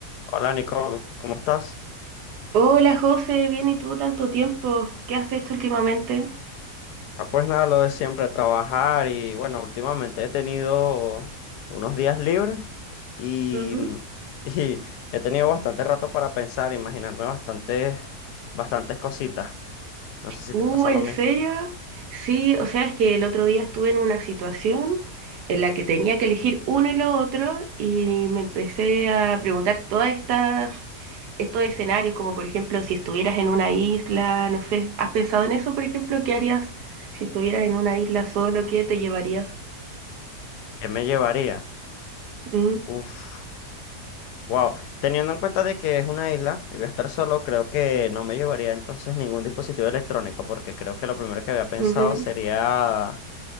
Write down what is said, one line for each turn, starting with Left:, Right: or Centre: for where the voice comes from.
Left: Hola Nicole, ¿cómo estás?
Right: Hola José, bien y tú, tanto tiempo. ¿Qué has hecho últimamente?
Left: Ah, pues nada, lo de siempre, trabajar y bueno, últimamente he tenido unos días libres y,
Right: Ujú.
Left: mm, <laughs> y he tenido bastante rato para pensar, imaginarme bastantes, bastantes cositas. No sé si
Right: Uh,
Left: te pasa
Right: ¿en
Left: lo mismo.
Right: serio? Sí, o sea, es que el otro día estuve en una situación en la que tenía que elegir uno y lo otro y me empecé a preguntar todas estas, estos escenarios, como por ejemplo si estuvieras en una isla, no sé, ¿has pensado en eso, por ejemplo? ¿Qué harías si estuvieras en una isla solo? ¿Qué te llevarías?
Left: ¿Qué me llevaría?
Right: Mm,
Left: Uf, wow. Teniendo en cuenta de que es una isla y voy a estar solo, creo que no me llevaría entonces ningún dispositivo electrónico porque creo que lo primero que había pensado
Right: ujú,
Left: sería